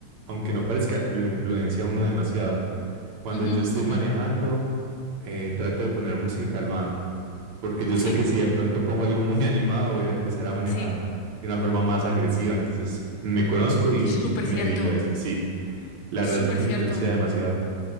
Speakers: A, on the right; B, on the left.
A: aunque no parezca, lo influencia a uno demasiado. Cuando
B: Ujú,
A: yo estoy
B: ujú.
A: manejando eh, trato de poner música calmada, porque yo
B: Sí,
A: sé que si de pronto pongo algo muy <laughs> animado voy a empezar a manejar
B: sí.
A: de una forma más agresiva, entonces me conozco y
B: Súper
A: me
B: cierto.
A: evito eso, sí, la verdad
B: Súper
A: influencia
B: cierto.
A: demasiado.